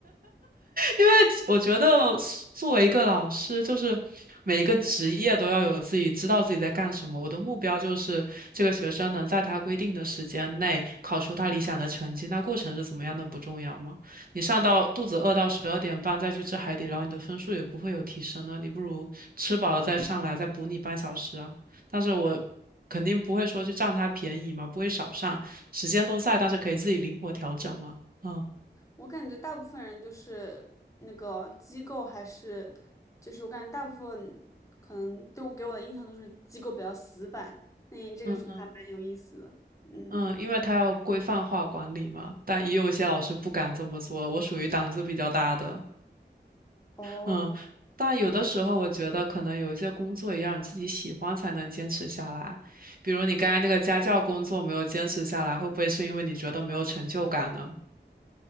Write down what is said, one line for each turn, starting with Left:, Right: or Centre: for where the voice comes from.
Right: 因为我觉得作为一个老师，就是每一个职业都要有自己知道自己在干什么。我的目标就是这个学生能在他规定的时间内考出他理想的成绩，那过程是怎么样的不重要吗？你上到肚子饿到十二点半再去吃海底捞，你的分数也不会有提升呢。你不如吃饱了再上来，再补你半小时啊。但是我肯定不会说去占他便宜嘛，不会少上，时间都在，但是可以自己灵活调整嘛。嗯
Left: 我感觉大部分人就是那个机构还是，就是我感觉大部分可能对我给我的印象都是机构比较死板。那你这个说的还蛮有意思的。
Right: 嗯
Left: 嗯，
Right: 嗯，因为他要规范化管理嘛，但也有一些老师不敢这么做。我属于胆子比较大的，
Left: 哦，
Right: 嗯，但有的时候我觉得可能有一些工作也要你自己喜欢才能坚持下来。比如你刚才那个家教工作没有坚持下来，会不会是因为你觉得没有成就感呢？